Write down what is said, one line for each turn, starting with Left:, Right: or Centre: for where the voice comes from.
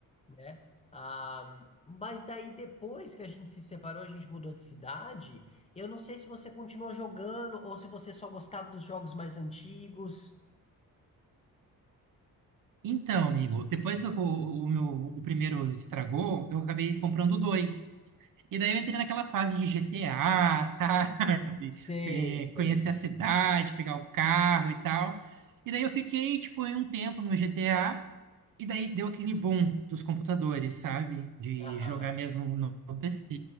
Left: né? Ah, mas daí depois que a gente se separou, a gente mudou de cidade. Eu não sei se você continuou jogando ou se você só gostava dos jogos mais antigos.
Right: Então, amigo, depois que eu co- o meu o primeiro estragou, então eu acabei comprando dois. E daí eu entrei naquela fase de GTA, sabe?
Left: Sei,
Right: <laughs> É,
Left: sei.
Right: conhecer a cidade, pegar o carro e tal. E daí eu fiquei, tipo, em um tempo no GTA, e daí deu aquele boom dos computadores, sabe? De
Left: Aham,
Right: jogar mesmo no no PC.